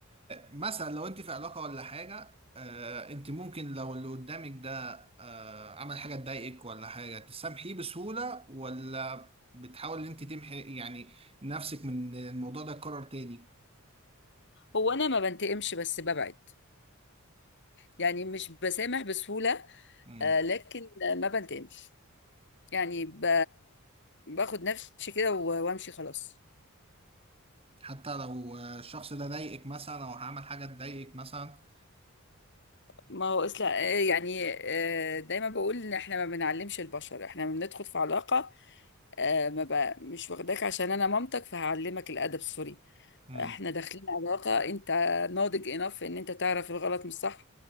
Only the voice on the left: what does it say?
هو انا ما بنتقمش بس ببعد يعني مش بسامح بسهوله
آه، لكن ما بنتقمش يعني ب... باخد نفسي كده و- وامشي خلاص
ما هو اصلا آه، يعني آه، دايما بقول ان احنا ما بنعلمش البشر احنا بندخل في علاقة آه، ما بقى مش واخداك عشان انا مامتك فهعلمك الادب سوري
احنا داخلين علاقة انت ناضج انف ان انت تعرف الغلط من الصح